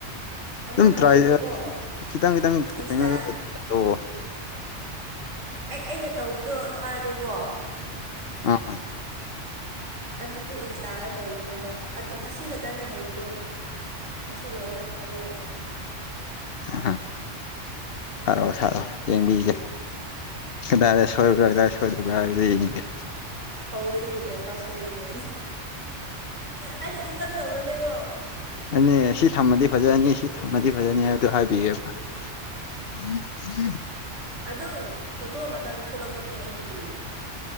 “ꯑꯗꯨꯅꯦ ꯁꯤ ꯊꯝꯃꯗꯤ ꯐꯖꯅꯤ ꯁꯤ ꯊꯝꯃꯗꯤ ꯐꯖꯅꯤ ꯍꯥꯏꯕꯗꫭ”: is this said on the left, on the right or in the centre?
Left